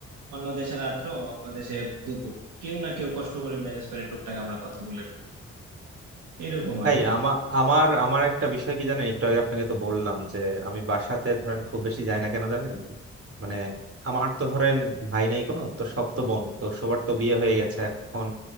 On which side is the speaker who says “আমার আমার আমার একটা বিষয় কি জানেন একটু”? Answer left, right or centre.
Right